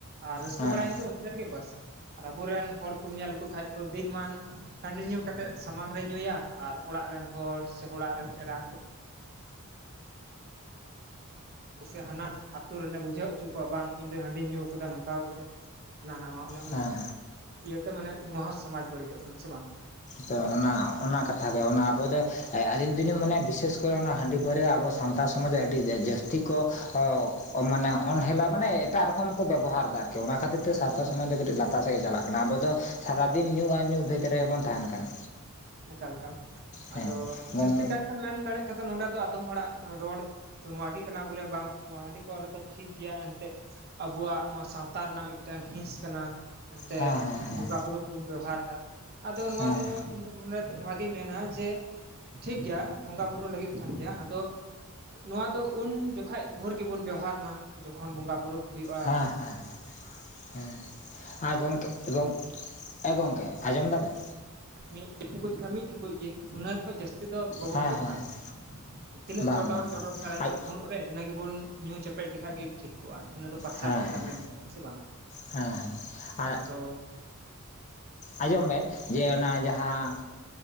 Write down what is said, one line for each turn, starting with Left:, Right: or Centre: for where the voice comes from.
Right: ᱟᱨ ᱨᱟᱹᱥᱠᱟᱹ
Left: ᱦᱮᱸ
Right: ᱵᱟᱲᱟᱭᱮᱱ
Left: ᱦᱮᱸ
Right: ᱜᱮ ᱚᱱᱛᱮ ᱨᱮᱜᱮ ᱵᱟᱥ ᱟᱨ ᱟᱵᱚᱨᱮᱱ ᱦᱚᱲ ᱠᱚᱢ ᱧᱮᱞ ᱞᱮᱠᱚ ᱠᱷᱟᱡ ᱠᱚ ᱫᱤᱱᱢᱟᱱ ᱦᱟᱺᱰᱤ ᱧᱩ ᱠᱟᱛᱮᱫ ᱥᱟᱢᱟᱝ ᱨᱮ ᱧᱩᱭᱟ ᱟᱨ ᱚᱲᱟᱜ ᱨᱮᱱ ᱦᱚᱲ ᱥᱮ ᱚᱲᱟᱜ ᱨᱮᱱ ᱮᱨᱟ ᱠᱚ ᱥᱮ ᱦᱟᱱᱟ ᱟᱹᱛᱩ ᱨᱮᱱᱮ ᱵᱩᱡᱷᱟᱹᱣ ᱦᱚᱪᱚ ᱠᱚᱣᱟ ᱵᱟᱝ ᱤᱧ ᱫᱚ ᱦᱟᱺᱰᱤᱧ ᱧᱩ ᱠᱟᱫᱟ ᱱᱚᱝᱠᱟ ᱠᱟᱫᱟ ᱚᱱᱟ ᱚᱱᱟ ᱦᱚ ᱚᱱᱮ ᱚᱱᱟ
Left: ᱦᱮᱸ
Right: ᱤᱭᱟᱹᱛᱮ ᱢᱟᱱᱮ ᱱᱚᱣᱟ ᱦᱚᱸ ᱥᱚᱢᱟᱡᱽ ᱵᱟᱹᱲᱤᱡᱚᱜ ᱠᱟᱱᱟ ᱥᱮ ᱵᱟᱝ?
Left: ᱛᱚ ᱚᱱᱟ ᱚᱱᱟ ᱠᱟᱛᱷᱟᱟᱜ ᱜᱮ ᱚᱱᱟ ᱟᱵᱚ ᱫᱚ ᱟᱹᱞᱤᱧ ᱫᱚᱞᱤᱧ ᱢᱚᱱᱟ ᱵᱤᱥᱮᱥ ᱠᱚᱨᱮ ᱚᱱᱟ ᱦᱟᱺᱰᱤ ᱯᱟᱹᱨᱟᱹᱭᱟ ᱟᱵᱚ ᱥᱟᱱᱛᱟᱲ ᱥᱚᱢᱟᱡᱽ ᱨᱮ ᱟᱹᱰᱤ ᱡᱟᱹᱥᱛᱤ ᱠᱚ ᱦᱚ ᱢᱟᱱᱮ ᱚᱱᱦᱮᱞᱟᱯ ᱢᱟᱱᱮ ᱮᱴᱟᱜ ᱨᱚᱠᱚᱢ ᱠᱚ ᱵᱮᱵᱚᱦᱟᱨ ᱮᱫᱟ ᱟᱨᱠᱤ ᱚᱱᱟ ᱠᱷᱟᱹᱛᱤᱨ ᱥᱟᱶᱛᱟ ᱥᱚᱢᱟᱡᱽ ᱫᱚ ᱞᱟᱛᱟᱨ ᱥᱮᱫ ᱜᱮ ᱪᱟᱞᱟᱜ ᱠᱟᱱᱟ ᱟᱵᱚ ᱫᱚ ᱥᱟᱨᱟᱫᱤᱱ ᱧᱩ ᱟᱨ ᱧᱩ ᱵᱷᱮᱛ ᱨᱮᱜᱮ ᱵᱚᱱ ᱛᱟᱦᱮᱱ ᱠᱟᱱᱟ
Right: ᱮᱠᱟᱞ ᱮᱠᱟᱞ
Left: ᱦᱮᱸ
Right: ᱟᱫᱚ
Left: ᱜᱚᱝ
Right: ᱡᱟᱹᱥᱛᱤ ᱠᱟᱭᱛᱮᱢ ᱢᱮᱱ ᱫᱟᱲᱮᱭᱟᱜ ᱠᱷᱟᱱ ᱱᱚᱰᱮ ᱫᱚ ᱟᱫᱚᱢ ᱦᱚᱲᱟᱜ ᱨᱚᱲ ᱛᱚ ᱱᱚᱣᱟ ᱜᱮ ᱠᱟᱱᱟ ᱵᱚᱞᱮ ᱵᱟᱝ ᱱᱚᱣᱟ ᱦᱟᱺᱰᱤ ᱯᱟᱹᱨᱣᱟ ᱫᱚ ᱴᱷᱤᱠ ᱜᱮᱭᱟ ᱮᱱᱛᱮᱫ ᱟᱵᱚᱣᱟᱜ ᱱᱚᱣᱟ ᱥᱟᱶᱛᱟ ᱨᱮᱱᱟᱜ ᱢᱤᱫᱴᱟᱝ ᱦᱤᱸᱥ ᱠᱟᱱᱟ ᱮᱱᱛᱮᱫ
Left: ᱦᱮᱸ ᱦᱮᱸ ᱦᱮᱸ
Right: ᱵᱚᱸᱜᱟ ᱵᱩᱨᱩ ᱠᱚᱵᱚᱱ ᱵᱮᱵᱚᱦᱟᱨ ᱫᱟ ᱟᱫᱚ ᱱᱚᱣᱟ
Left: ᱦᱮᱸ
Right: ᱫᱚ ᱤᱧ ᱫᱚ ᱱᱚᱰᱮ ᱱᱚᱣᱟᱜᱤᱧ ᱢᱮᱱᱟ ᱡᱮ ᱴᱷᱤᱠ ᱜᱮᱭᱟ ᱵᱚᱸᱜᱟ ᱵᱩᱨᱩ ᱞᱟᱹᱜᱤᱫ ᱠᱟᱱ ᱜᱮᱭᱟ ᱟᱫᱚ ᱱᱚᱣᱟ ᱫᱚ ᱩᱱ ᱡᱚᱠᱷᱟᱡ ᱵᱷᱳᱨ ᱜᱮᱵᱚᱱ ᱵᱮᱣᱦᱟᱨ ᱢᱟ ᱡᱚᱠᱷᱚᱱ ᱵᱚᱸᱜᱟ ᱵᱩᱨᱩ ᱠᱚ ᱦᱩᱭᱩᱜᱼᱟ
Left: ᱦᱮᱸ ᱦᱮᱸ ᱦᱮᱸ ᱦᱮᱸ ᱦᱮᱸ ᱜᱚᱢᱠᱮ ᱜᱚᱢ ᱮ ᱜᱚᱢᱠᱮ ᱟᱸᱡᱚᱢ ᱫᱟᱵᱮᱱ?
Right: ᱢᱤᱫ ᱴᱩᱠᱩᱡ ᱠᱷᱟ ᱢᱤᱫ ᱴᱩᱠᱩᱡ ᱜᱮ ᱩᱱᱟ. ᱜ ᱠᱷᱚᱡ ᱡᱟᱹᱥᱛᱤ ᱫᱚ ᱵᱟᱵᱚᱱ
Left: ᱦᱮᱸ
Right: ᱵᱮᱣᱦᱟᱨ
Left: ᱦᱮᱸ ᱦᱮᱸ
Right: ᱢᱟ ᱛᱤᱱᱟᱹᱜ
Left: ᱵᱟᱝ
Right: ᱪᱚᱰᱚᱨ
Left: ᱵᱟᱝ
Right: ᱪᱚᱰᱚᱨ
Left: ᱵᱟᱝ
Right: ᱥᱟᱨᱮᱡᱚᱜᱼᱟ
Left: ᱟᱡ
Right: ᱯᱷᱩᱲᱩᱜ ᱨᱮ ᱨᱮ ᱤᱱᱟᱹ ᱜᱮᱵᱚᱱ ᱧᱩ ᱪᱮᱯᱮᱡ ᱞᱮᱠᱷᱟᱡ ᱜᱮ ᱴᱷᱤᱠ ᱠᱚᱜᱼᱟ ᱚᱱᱟ ᱫᱚ ᱯᱨᱟᱥᱟᱫ
Left: ᱦᱮᱸ
Right: ᱞᱮᱠᱟᱢ
Left: ᱦᱮᱸ
Right: ᱢᱮᱱ ᱫᱟᱲᱮᱭᱟᱜᱼᱟ ᱦᱮᱸᱥᱮ ᱵᱟᱝ?
Left: ᱦᱮᱸ ᱦᱮᱸ ᱟᱨ
Right: ᱟᱫᱚ ᱦᱩᱸ
Left: ᱟᱸᱡᱚᱢ ᱵᱮᱱ ᱡᱮ ᱚᱱᱟ ᱡᱟᱦᱟᱸ